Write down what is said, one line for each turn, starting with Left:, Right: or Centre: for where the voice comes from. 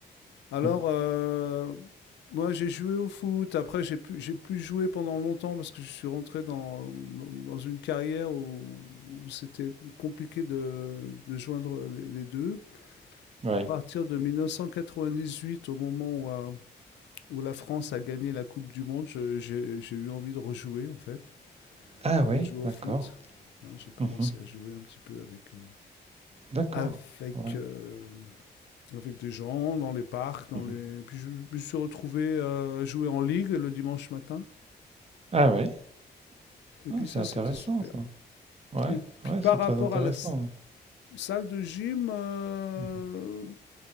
Left: Alors,
Right: Mmh.
Left: euh, moi, j'ai joué au foot. Après, j'ai pu, j'ai pu jouer pendant longtemps parce que je suis rentré dans, dans, dans une carrière où, où c'était compliqué de, de joindre les, les deux.
Right: Ouais.
Left: À Ouais. partir de 1998, au moment où, euh, où la France a gagné la Coupe du Monde, je- j'ai j'ai eu envie de rejouer, en fait,
Right: Ah oui,
Left: de rejouer au
Right: d'accord.
Left: foot. Hein, J'ai commencé
Right: Mmh
Left: à jouer un petit peu avec, euh,
Right: D'accord.
Left: avec
Right: Ouais.
Left: euh, avec des gens dans les parcs, dans
Right: Mmh
Left: les. Puis je me suis retrouvé euh, à jouer en ligue le dimanche matin.
Right: Ah oui.
Left: Et
Right: Ah,
Left: puis
Right: c'est
Left: ça,
Right: intéressant
Left: c'était super.
Right: ça. Ouais,
Left: Et puis
Right: ouais,
Left: par
Right: c'est très
Left: rapport
Right: intéressant.
Left: à la salle de gym, euh,
Right: Mmh